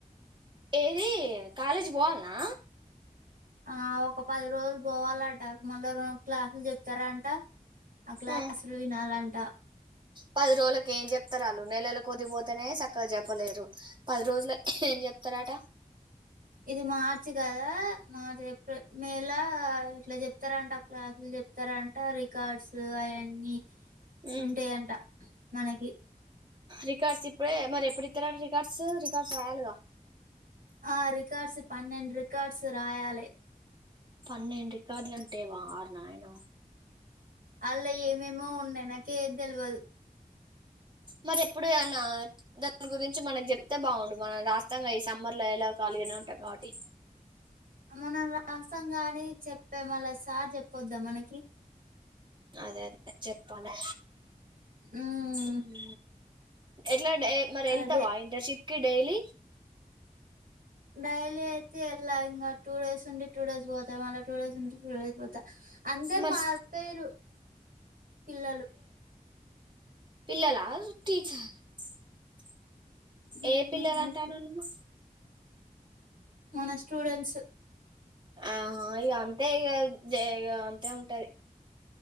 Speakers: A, on the right (about 35°); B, on the right (about 80°).
A: ఏది కాలేజ్ పోవాలన్నా
B: ఆ ఒక పది రోజులు పోవాలంట మళ్ళా రే క్లాసులు చెప్తారంట ఆ క్లాసులు
A: మ్
B: వినాలంట
A: పది రోలకు ఏం చెప్తారళ్ళు నెలల కొద్దిపోతేనే సక్కగా చెప్పలేరు పది రోజులకె ఏం చెప్తారాట
B: ఇది మార్చ్ కదా మార్చ్ ఏప్రిల్ మేలా ఇట్లా చెప్తారంట అ క్లాస్ చెప్తర అంటే రికార్డ్స్ అయన్నీ
A: మ్
B: ఉంటాయంట మనకి
A: రికార్డ్స్ ఇప్పుడే మరేప్పుడు ఇతరట రికార్డ్స్ రికార్డ్స్ రాయాలిగా
B: ఆ రికార్డ్స్ పన్నెండ్ రికార్డ్స్ రాయాలే
A: పన్నెండు రికార్డులంటే వార్ నాయనో
B: అల్ల ఏమేమో ఉన్నయి నకేది దెల్వదు
A: మరి ఎప్పుడు అనా దాని గురించి మనకి జేప్తే బాగుండు మనం రాస్తాం గా ఈ సమ్మర్ లో ఎలా కాలి ఈనే ఉంటం గాబటి
B: మనం రాసం గానీ చెప్పే మళ్ళ సార్ చెప్పొద్దా మనకి
A: అదె అదె చెప్పలె
B: మ్మ్
A: ఉమ్ ఎప్ ట్లడె మరి ఎళ్తవ
B: అదే
A: ఇంటర్న్షిప్ కి డైలీ
B: డైలీ అయితే ఎల్ల ఇంగ టూ డేస్ ఉండి టూ డేస్ పోత మళ్ళ టూ డేస్ ఉండి టూ డేస్ పోత అందరు
A: మరి
B: మారిపోయిరు పిల్లలు
A: పిల్ల లా టీచర్ ఆ
B: మ్మ్
A: ఏ పిల్లలు అంటానవ్ నువ్వు
B: మ స్టూడెంట్స్
A: అహా ఇగ అంతే ఇగ జే ఇగ అంతే ఉంటది